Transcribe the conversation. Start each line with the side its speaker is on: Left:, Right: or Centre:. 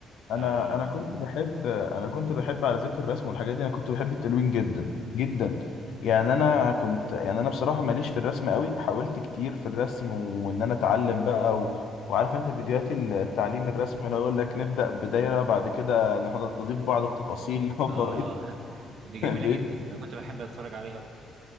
Left: انا
Right: آه
Left: انا كنت
Right: م-
Left: بحب انا كنت بحب على ذكر الرسم والحاجات دي انا كنت بحب التلوين جدا جدا يعني انا كنت يعني انا بصراحه ماليش في الرسم قوي حاولت كتير في الرسم وان انا اتعلم بقى و... وعارف انت فيديوهات التعليم الرسم اللي هو يقول لك نبدا بدايره بعد كده نح- نضيف بعض التفاصيل <laughs> هوبا
Right: آه
Left: بقيت
Right: <laughs> دي
Left: <laughs>
Right: جميله
Left: بقيت
Right: جدا انا كنت بحب اتفرج عليها برضه